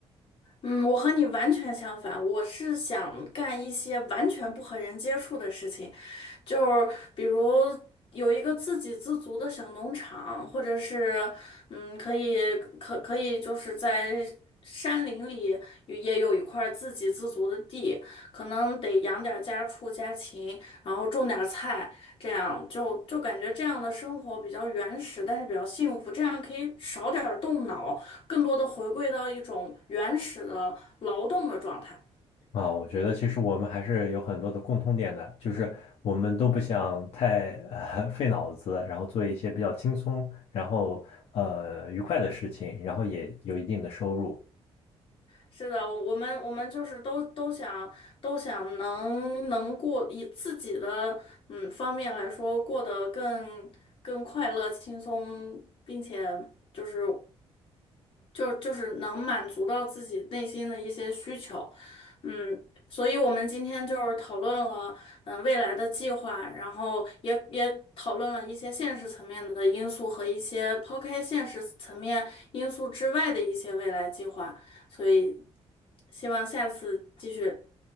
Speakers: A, on the left (about 55°); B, on the left (about 70°).
A: 嗯，我和你完全相反，我是想干一些完全不和人接触的事情，就是比如有一个自给自足的小农场，或者是嗯，可以可可以就是在山林里也有一块自给自足的地，可能得养点儿家畜家禽，然后种点儿菜，这样就就感觉这样的生活比较原始，但是比较幸福，这样可以少点儿动脑。更多的回归到一种原始的劳动的状态。
B: 啊，我觉得其实我们还是有很多的共通点的，就是我们都不想太呃 <laughs> 费脑子，然后做一些比较轻松，然后呃愉快的事情，然后也有一定的收入。
A: 是的，我们我们就是都都想都想能能过以自己的嗯方面来说过得更更快乐、轻松，并且就是就就是能满足到自己内心的一些需求，嗯，所以我们今天就是讨论了，嗯，未来的计划，然后也也讨论了一些现实层面的因素和一些抛开现实层面因素之外的一些未来计划，所以希望下次继续